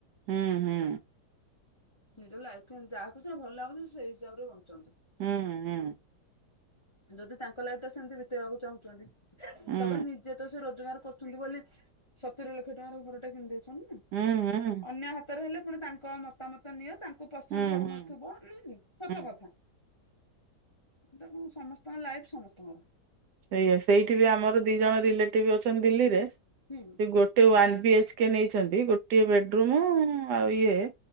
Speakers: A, on the right (about 75°); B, on the left (about 20°).
A: ହୁଁ ହୁଁ।
B: ନିଜ ଲାଇଫ ଯହାକୁ ଯାହା ଭଲ ଲାଗୁଛି ସେଇ ହିସାବରେ ବଞ୍ଚନ୍ତି
A: ହୁଁ ହୁଁ।
B: ଯଦି ତାଙ୍କ ଲାଇଫ ତ ସେମିତି ବିତେଇବାକୁ ଚାହୁଁଛନ୍ତି
A: ହୁଁ ହୁଁ
B: ତାପରେ ନିଜେ ତ ସେ ରୋଜଗାର କର ବୋଲି ସତୁର ଲକ୍ଷ ଟଙ୍କାର ଘରଟା କିଣିଇଛନ୍ତି ନା
A: ହୁଁ ହୁଁ।
B: ଅନ୍ୟ ହାତରେ ହେଲେ ପୁଣି ତାଙ୍କ ମତାମତ ନିଅ ତାଙ୍କୁ ପସନ୍ଦ
A: ହୁଁ
B: ହଉନଥିବ
A: ହୁଁ
B: ନ ସତ
A: ହୁଁ
B: କଥା ତଣ ସମସ୍ତଙ୍କ ଲାଇଫ ସମସ୍ତଙ୍କର।
A: ସେଇା ସେଇଠି ବି ଆମର ଦି ଜଣ ରିଲେଟିଭ ଅଛନ୍ତି ଦିଲ୍ଲୀରେ।
B: ହୁଁ।
A: ଗୋଟେ ୱନ୍ ବି ଏଚ କେ ନେଇଛନ୍ତି ଗୋଟିଏ ବେଡରୁୁମ୍ ଆଉ ଇଏ